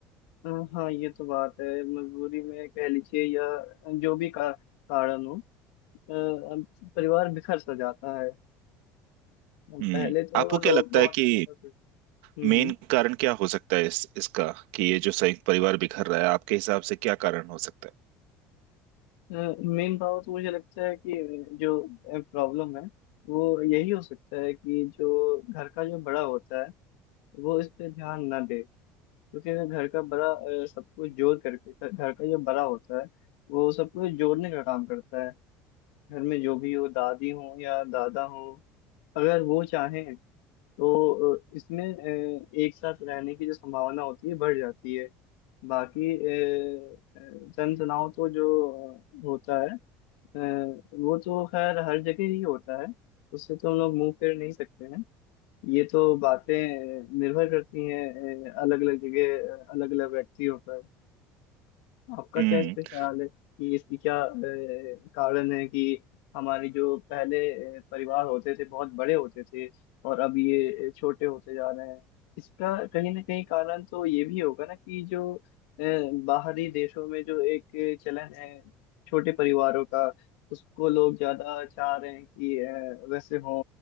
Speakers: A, on the left (about 85°); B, on the right (about 80°).
A: अ, हाँ ये तो बात है मजबूरी में कह लीजिए या जो भी का, कारण हो अ, अब परिवार बिखर सा जाता है अब
B: हम्म
A: पहले तो
B: आपको
A: लोग
B: क्या लगता
A: बहुत
B: है कि
A: अच्छा करते थे
B: मेन
A: हम्म
B: कारण क्या हो सकता है इस इसका कि ये जो संयुक्त परिवार बिखर रहा है आपके हिसाब से क्या कारण हो सकता
A: मेन पावर तो मुझे लगता है कि जो प्रॉब्लम है वो यही हो सकता है कि जो घर का जो बड़ा होता है वो इस पे ध्यान ना दे क्योंकि अगर घर का बड़ा अ, सब कुछ जोड़ करके घर घर का जो बड़ा होता है वो सब कुछ जोड़ने का काम करता है घर में जो भी हो दादी हो या दादा हो अगर वो चाहें तो अ, इसमें अ, एक साथ रहने की जो संभावना होती है बढ़ जाती है बाकी अ, अ, जन तनाव तो जो अ, होता है अ, वो तो खैर हर जगह ही होता है उससे तो हम लोग मुंह फेर नहीं सकते हैं ये तो बातें अ, निर्भर करती हैं अलग अलग जगह अलग अलग व्यक्तियों पर आपका
B: है
A: क्या इस पे ख्याल है कि इसकी क्या अ, कारण है कि हमारे जो पहले अ, परिवार होते थे बहुत बड़े होते थे और अब ये अ, छोटे होते जा रहे हैं इसका कहीं ना कहीं कारण तो ये भी होगा ना कि जो अ, बाहरी देशों में जो एक अ, चलन है छोटे परिवारों का उसको लोग ज्यादा चाह रहे हैं कि अ, वैसे हो